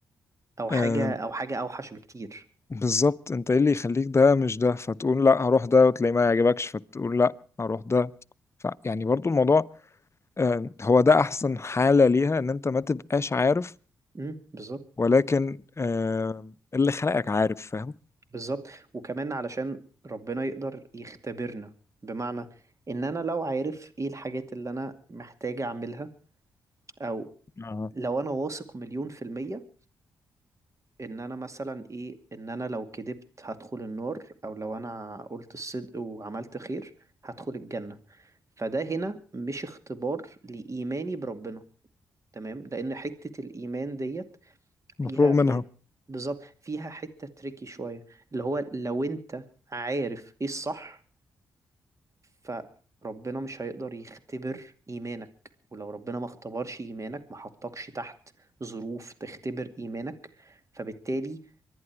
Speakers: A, on the right; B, on the left.
A: او
B: آه
A: حاجة او حاجة اوحش بكتير
B: بالظبط انت ايه اللي يخليك ده مش ده فتقول لا هروح ده وتلاقي ما يعجبكش فتقول لا هروح ده ف يعني برضو الموضوع آه هو ده احسن حاله ليها ان انت ما تبقاش عارف
A: مم. بالظبط
B: ولكن آه اللي خلقك عارف فاهم
A: بالظبط وكمان علشان ربنا يقدر يختبرنا بمعنى ان انا لو عارف ايه الحاجات اللي انا محتاج اعملها او
B: اه
A: لو انا واثق مليون في المية ان انا مثلا ايه ان انا لو كدبت هدخل النار او لو انا قلت الصدق وعملت خير هدخل الجنة فده هنا مش اختبار لإيماني بربنا تمام لأن حتة الإيمان ديت
B: مفروغ
A: فيها فيها
B: منها
A: بالظبط فيها حتة تريكي شوية اللي هو لو أنت عارف إيه الصح فربنا مش هيقدر يختبر إيمانك ولو ربنا ما اختبرش إيمانك ما حطكش تحت ظروف تختبر إيمانك فبالتالي